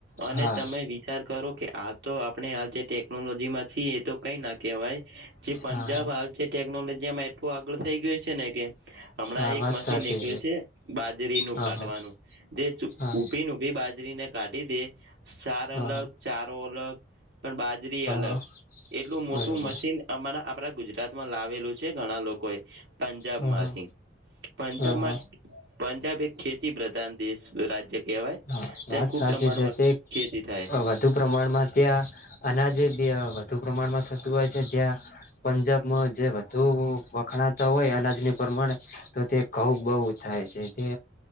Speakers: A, on the right; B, on the left.
A: અને
B: હા
A: તમે વિચાર કરો કે આ તો આપણે આ જે ટેકનોલોજી જે માંથી એ તો કઈ ના કવાય જે પંજાબ
B: હા
A: હાલ જે ટેકનોલોજીમાં આગળ થઈ ગયું છે ને કે હમણાં
B: હા
A: એક
B: વાત
A: મશીન
B: સાચી
A: નીકળ્યું છે બાજરીનું
B: હા
A: કાઢવાનું
B: હા
A: જે
B: હા
A: ઉભી ઉભી બાજરી જરીને કાઢી દે સાર
B: હા
A: અલગ
B: હા
A: ચારો અલગ પણ બાજરી અલગ
B: હા
A: એટલું
B: બરોબર
A: મોટું મશીન અમારા આપણા ગુજરાત માં લાવેલું છે ઘણા લોકો એ પંજાબમાંથી
B: હા હા
A: પંજાબમાં
B: હા
A: પંજાબ એક ખેતી દેશ રાજ્ય કહેવાય
B: હા
A: તે
B: વાત
A: ખુબ
B: સાચી
A: પ્રમાણમાં
B: છે તે
A: ખેતી થાય
B: વધુ પ્રમાણમાં ત્યાં અનાજે બે વધુ પ્રમાણમાં થતું હોય છે જ્યાં પંજાબમાં જે વધુ વખણાતા હોય અનાજની પ્રમાણે તો તે ઘઉ બહુ થાય છે તે